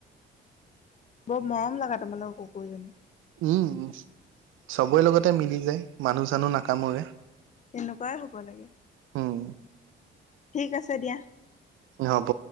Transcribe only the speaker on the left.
বৰ মৰম লগা তোমালোকৰ কুকুৰজনী।
তেনেকুৱাই হ'ব লাগে।
ঠিক আছে দিয়া।